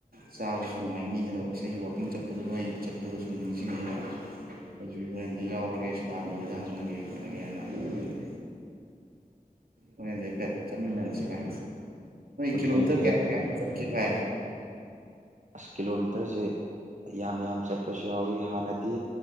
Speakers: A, on the right; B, on the right.
A: ꯆꯥꯕꯁꯨ ꯅꯨꯡꯉꯥꯏꯅꯤ ꯑꯗꯣ ꯉꯁꯥꯏꯒꯤ ꯋꯥꯛꯀꯤꯡ ꯆꯠꯄꯗꯣ ꯅꯣꯏ ꯆꯠꯄꯗ ꯁꯨꯝ ꯅꯤꯡꯁꯤꯡꯉꯕ ꯑꯩꯁꯨ ꯍꯣꯔꯦꯟꯗ ꯌꯥꯎꯔꯒꯦ ꯁꯗꯥꯟꯗꯣꯏꯗ ꯍꯪꯉꯒꯦ ꯈꯣꯠꯂꯒꯦ ꯍꯥꯏꯅ ꯈꯖꯒꯦ ꯍꯣꯔꯦꯟꯗꯤ ꯍꯥꯏꯐꯦꯠ ꯆꯠꯃꯤꯟꯅꯔꯁꯤ ꯚꯥꯏ
B: ꯍꯣꯏ
A: ꯀꯤꯂꯣꯃꯤꯇꯔ
B: ꯌꯥꯏ ꯌꯥꯏ
A: ꯀꯌꯥ
B: ꯑꯗꯣ
A: ꯀꯌꯥ ꯆ ꯀ
B: ꯑꯁ ꯀꯤꯂꯣꯃꯤꯇꯔꯁꯦ ꯌꯥꯝ ꯌꯥꯝ ꯆꯠꯄꯁꯨ ꯌꯥꯎꯋꯤ ꯍꯥꯟꯅꯗꯤ